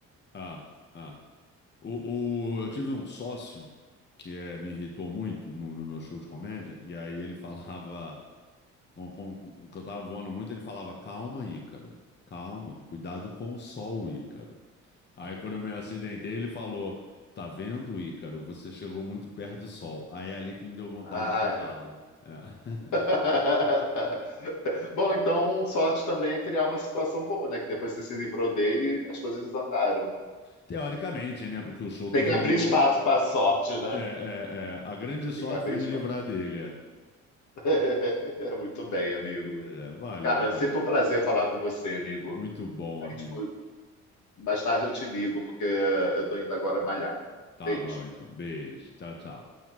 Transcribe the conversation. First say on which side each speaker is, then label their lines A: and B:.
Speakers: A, on the left; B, on the left.
A: Ah, ah. O, o- eu tive um sócio que eh, me irritou muito no, no meu show de comédia, e aí ele falava, com, com- com- que eu tava voando muito, ele falava, calma, Ícaro, calma, cuidado com o sol, Ícaro. Aí quando eu me acidentei, ele falou, tá vendo, Ícaro, você chegou muito perto do sol. Aí é ali que me deu vontade
B: Ai.
A: de matá-lo. É.
B: <laughs>
A: <laughs>
B: Bom, então sorte também é criar uma situação boa, né? Que depois você se livrou dele, as coisas andaram.
A: Teoricamente, né, porque o show
B: Tem
A: terminou,
B: que abrir espaço para sorte, né?
A: é, é, é, a grande sorte
B: Fica bem
A: foi
B: esperto.
A: me livrar dele. É,
B: <laughs> Muito bem, amigo.
A: É, valeu,
B: Cara,
A: então.
B: é sempre um prazer falar com você, amigo.
A: Muito bom,
B: A
A: amigo.
B: gente, mais tarde eu te ligo, porque eu tô indo agora malhar.
A: Tá
B: Beijo.
A: bom, então. Beijo. Tchau, tchau.